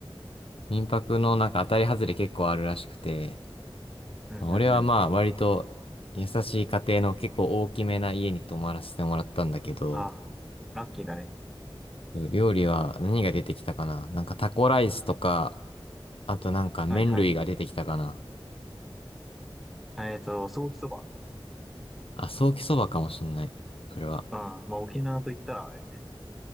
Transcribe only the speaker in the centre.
うんうんうん。
あ、ラッキーだね。
はいはい。えっと、ソーキそば。
ああ、まあ沖縄と言ったらあれよね。